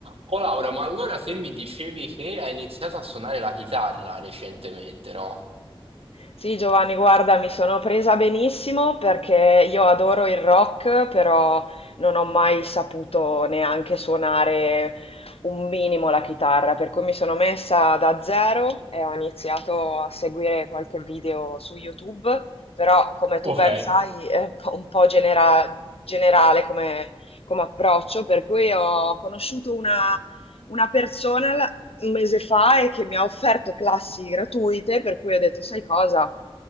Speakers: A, on the right; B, on the left.
A: Oh Laura, ma allora se mi dicevi che hai iniziato a suonare la chitarra recentemente, no?
B: Sì, Giovanni, guarda, mi sono presa benissimo perché io adoro il rock, però non ho mai saputo neanche suonare un minimo la chitarra, per cui mi sono messa da zero e ho iniziato a seguire qualche video su YouTube, però come tu
A: Ok.
B: ben sai è un po' un po' genera- generale come, come approccio, per cui ho conosciuto una una persona un mese fa e che mi ha offerto classi gratuite, per cui ho detto, sai cosa?